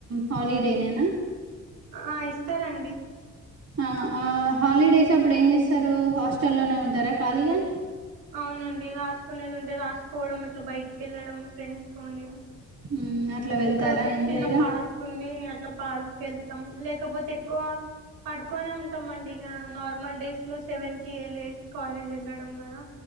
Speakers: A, on the right (about 40°); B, on the right (about 70°).
A: హాలిడే ననా
B: ఆ ఇస్తారండి
A: ఆ ఆ హాలిడేస్ అప్పుడు ఏం చేస్తారు హాస్టల్లోనే ఉంటారా ఖాళీగా
B: అవునండి రాసుకునేది ఉంటే రాసుకోవడం ఇట్లా బయటికి వెళ్ళడం ఫ్రెండ్స్ తోని
A: ఉమ్ అట్లా వెళ్తారా
B: ఇక్కడ ఒక
A: ఎంజాయ్గా
B: చిన్న పార్క్ ఉంది అట్లా పార్క్ క వెళ్తాం లేకపోతే ఎక్కువ పడుకోనే ఉంటాంమండి ఇక నార్మల్ డేస్ లో సెవెన్ కి వె వేసి కాలేజ్ వెళ్ళడం కదా